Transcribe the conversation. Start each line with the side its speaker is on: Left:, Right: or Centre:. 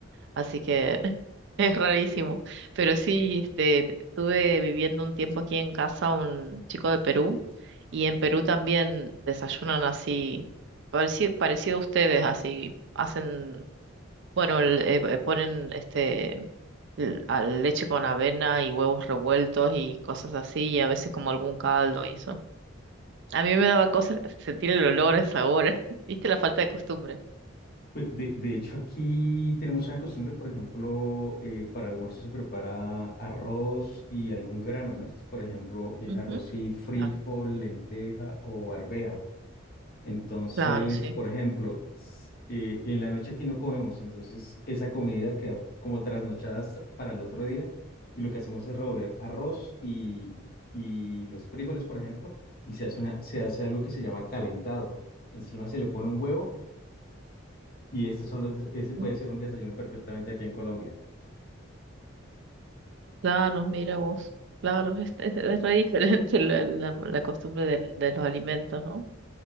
Right: así que <laughs> es rarísimo, pero sí, este, estuve viviendo un tiempo aquí en casa un chico de Perú y en Perú también desayunan así, pareci- parecido, a ustedes, así hacen, bueno, el- eh, ponen este l- a leche con avena y huevos revueltos y cosas así, y a veces como algún caldo y eso. A mí me daba cosas <laughs> sentir el olor, el sabor, <laughs> ¿viste? La falta de costumbre.
Left: Pues, de, de hecho, aquí tenemos una costumbre, por ejemplo, eh, para el almuerzo se prepara arroz y algún grano, ¿no? Es, Por ejemplo, eh,
Right: Ujú.
Left: arroz y frijol,
Right: Claro,
Left: lenteja o arveja. Entonces,
Right: claro, sí.
Left: por ejemplo, s- eh, en la noche aquí no comemos, entonces esa comida queda como trasnochada hasta- para el otro día y lo que hacemos es revolver arroz y, y los frijoles, por ejemplo, y se hace una, se hace algo que se llama calentado. Encima se le pone un huevo y estos son los, des- ese puede
Right: Mm.
Left: ser un desayuno perfectamente aquí en Colombia.
Right: Claro, mira vos. Claro, es, es- es re diferente <laughs> la, la, la costumbre del- de, los alimentos, ¿no?